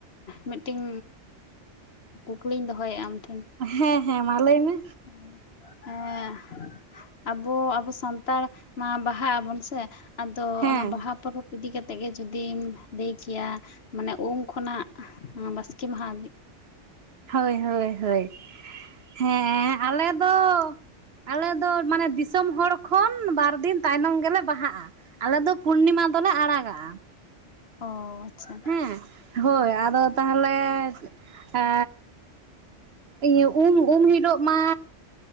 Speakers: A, on the left; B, on the right.
A: ᱢᱤᱫᱴᱮᱱ ᱠᱩᱠᱞᱤᱧ ᱫᱚᱦᱚᱭᱮᱫᱼᱟ ᱟᱢ ᱴᱷᱮᱱ
B: ᱦᱮᱸ ᱦᱮᱸ ᱢᱟ ᱞᱟᱹᱭ ᱢᱮ
A: <unintelligible> ᱟᱵᱚ ᱟᱵᱚ ᱥᱟᱱᱛᱟᱲ ᱵᱟᱦᱟᱜ ᱟᱵᱚᱱ ᱥᱮ ᱟᱫᱚ
B: ᱦᱮᱸ
A: ᱚᱱᱟ ᱵᱟᱦᱟ ᱯᱚᱨᱚᱵᱽ ᱤᱫᱤ ᱠᱟᱛᱮᱫ ᱜᱮ ᱡᱩᱫᱤᱢ ᱞᱟᱹᱭ ᱠᱮᱭᱟ ᱢᱟᱱᱮ ᱩᱢ ᱠᱷᱚᱱᱟᱜ ᱵᱟᱥᱠᱮ ᱢᱟᱦᱟ
B: ᱦᱳᱭ ᱦᱳᱭ ᱦᱳᱭ ᱦᱮᱸ ᱟᱞᱮ ᱫᱚ ᱟᱞᱮ ᱫᱚ ᱢᱟᱱᱮ ᱫᱤᱥᱚᱢ ᱦᱚᱲ ᱠᱷᱚᱱ ᱵᱟᱨ ᱫᱤᱱ ᱛᱟᱭᱱᱚᱢ ᱜᱮᱞᱮ ᱵᱟᱦᱟᱜᱼᱟ ᱟᱞᱮ ᱫᱚ ᱯᱩᱱᱱᱤᱢᱟ ᱫᱚᱞᱮ ᱟᱲᱟᱜᱟᱜᱼᱟ
A: ᱚ ᱟᱪᱪᱷᱟ
B: ᱦᱮᱸ ᱦᱳᱭ ᱟᱫᱚ ᱛᱟᱦᱚᱞᱮ ᱮ ᱤᱭᱟᱹ ᱩᱢ ᱩᱢ ᱦᱤᱞᱳᱜ ᱢᱟ